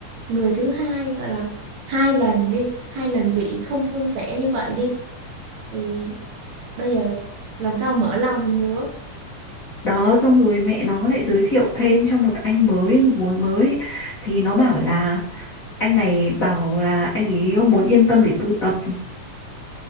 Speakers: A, on the right; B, on the left.
A: người thứ hai gọi là hai lần đi, hai lần bị không suôn sẻ như vậy đi thì bây giờ làm sao mở lòng nữa.
B: đó xong rồi mẹ nó lại giới thiệu thêm cho một anh mới một mối mới thì nó bảo là anh này bảo là anh ấy muốn yên tâm để tu tập